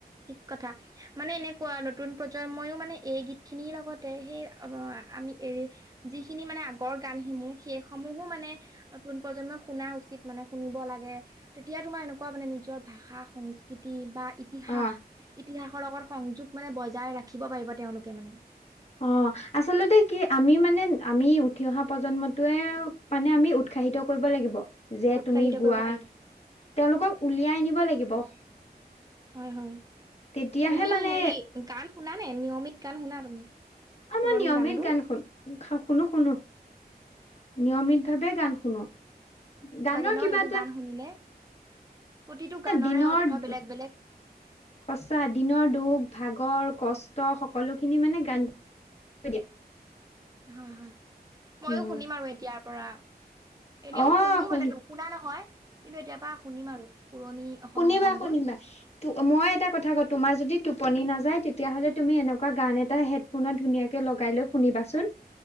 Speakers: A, on the right (about 20°); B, on the left (about 40°).
A: ঠিক কথা। <unintelligible> মানে এনেকুৱা নতুন প্ৰজন্মইও মানে এই গীতখিনিৰ লগতে সেই আমি এৰি <unintelligible> যিখিনি মানে আগৰ গানসমূহ সেই সমূহো মানে <unintelligible> নতুন প্ৰজন্মই শুনা উচিত মানে শুনিব লাগে। তেতিয়া তোমাৰ এনেকুৱা মানে নিজৰ ভাষা সংস্ <unintelligible> সংস্কৃতি বা ইতিহাস-ইতিহাসৰ
B: অ
A: লগত সংযোগ মানে বজাই ৰাখিব পাৰিব তেওঁলোকে মানে। <unintelligible>
B: অঁ! আচলতে কি আমি মানে আমি উঠি অহা প্ৰজন্মটোৱে <unintelligible> মানে আমি উৎসাহিত কৰিব লাগিব। <inaudible> যে
A: উৎসাহিত
B: তুমি
A: কৰিব
B: গোৱা,
A: লাগিব
B: তেওঁলোকক উলিয়াই আনিব লাগিব। <inaudible>
A: হয়-হয়।
B: তেতিয়াহে
A: তুমি
B: মানে
A: হেৰি গান শুনা নে নিয়মিত গান শুনা তুমি? <unintelligible> পুৰণি
B: মই নিয়মিত
A: গানবোৰ
B: গান শুন শুনো-শুনো। নিয়মিতভাৱে গান শুনো। <unintelligible> গানৰ
A: <unintelligible> লাগে ন'
B: কিবা
A: এইবোৰ গান শুনিলে। প্ৰতিটো গানৰে
B: এ দিনৰ
A: অৰ্থ
B: <inaudible>
A: বেলেগ বেলেগ
B: সঁচা দিনৰ দুখ, ভাগৰ, কষ্ট, সকলোখিনি মানে গান <unintelligible> দিয়ে।
A: হয়-হয়। ময়ো
B: উম।
A: শুনিম আৰু এতিয়াৰ পৰা। এনেও
B: অ
A: শুনো
B: শুন
A: মানে <unintelligible> শুনা নহয়, কিন্তু এতিয়া পৰা শুনিম আৰু পুৰণি <unintelligible>
B: শুনিবা-শুনিবা।
A: গানবোৰ
B: <unintelligible> ত' মই এটা কথা কওঁ তোমাৰ যদি টোপনি নাযায় তেতিয়াহ'লে তুমি এনেকুৱা গান এটা হে <unintelligible> ফোনত ধুনীয়াকে লগাই লৈ শুনিবা চোন। <unintelligible>